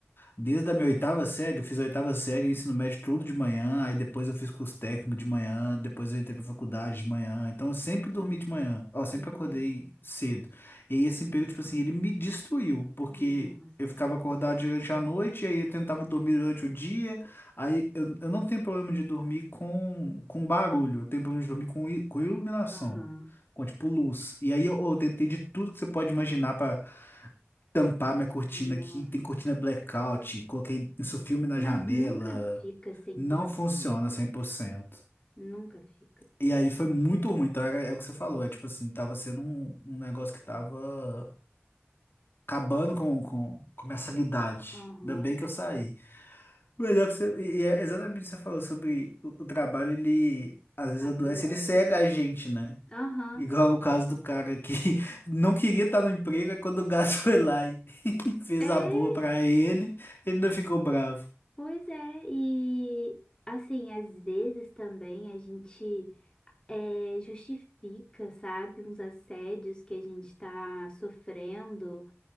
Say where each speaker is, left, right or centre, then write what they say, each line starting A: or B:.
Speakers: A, on the left (about 55°); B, on the left (about 20°).
A: desde a minha oitava série, eu fiz a oitava série, ensino médio tudo de manhã, aí depois eu fiz curso técnico de manhã, depois eu entrei pra faculdade de manhã. Então eu sempre dormi de manhã, ó, sempre
B: Uhum.
A: acordei cedo. E aí esse emprego, tipo assim, ele me destruiu, porque
B: Nossa.
A: eu ficava acordado durante a noite, e aí eu tentava dormir durante o dia. Aí eu, eu não tenho problema de dormir com, com barulho, eu tenho problema de dormir com, i- com iluminação,
B: Aham.
A: com tipo luz. E aí eu, eu tentei de tudo que você pode imaginar pra tampar minha cortina
B: Nossa.
A: aqui. Tem cortina blackout, coloquei isso filme na
B: Mas
A: janela.
B: nunca fica cem
A: Não
B: por
A: funciona
B: cento
A: 100%.
B: Nunca fica.
A: E aí foi muito ruim. Então era, é o que você falou, é tipo assim, tava sendo um, um negócio que tava acabando com, com, com minha sanidade.
B: Aham.
A: Ainda bem que eu saí. Melhor que você. E é exatamente o que você falou sobre o, o trabalho, ele às vezes adoece,
B: Adoece.
A: ele cega a gente, né?
B: Aham.
A: Igual o caso do cara que <laughs> não queria estar no emprego, aí quando o gás <laughs> foi lá e <laughs> fez
B: É,
A: a boa pra ele, ele ainda ficou bravo.
B: pois é. E assim, às vezes também a gente é, justifica, sabe, uns assédios que a gente está sofrendo.